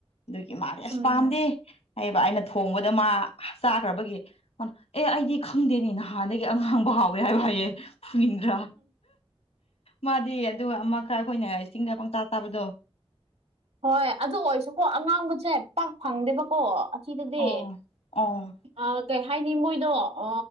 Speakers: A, on the left; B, on the right.
A: ꯑꯗꯨꯒꯤ ꯃꯥꯗꯤ ꯑꯁ
B: ꯎꯝ
A: ꯄꯥꯝꯗꯦ ꯍꯥꯏꯌꯦꯕ ꯑꯩꯅ ꯊꯣꯡꯕꯗ ꯃꯥ ꯆꯥꯈ꯭ꯔꯕꯒꯤ ꯃꯅ ꯑꯦ ꯑꯩꯗꯤ ꯈꯪꯗꯦꯅꯦ ꯅꯍꯥꯟꯗꯒꯤ ꯑꯉꯥꯡꯕ ꯍꯥꯎꯋꯦ ꯍꯥꯏꯕ ꯍꯥꯏꯌꯦ ꯐꯨꯅꯤꯡꯗ꯭ꯔꯥ ꯃꯥꯗꯤ ꯑꯗꯨ ꯑꯃꯈꯛ ꯑꯩꯈꯣꯏꯅ ꯆꯤꯡꯗ ꯄꯪꯆꯥ ꯆꯥꯕꯗꯣ
B: ꯍꯣꯏ ꯑꯗꯨ ꯑꯣꯏꯔꯁꯨꯀꯣ ꯑꯉꯥꯡꯕꯁꯦ ꯄꯥꯛ ꯐꯪꯗꯦꯕꯀꯣ ꯑꯁꯤꯗꯗꯤ
A: ꯑꯣ ꯑꯣ
B: ꯑꯥ ꯀꯩ ꯍꯥꯏꯅꯤ ꯃꯣꯏꯗꯣ ꯑ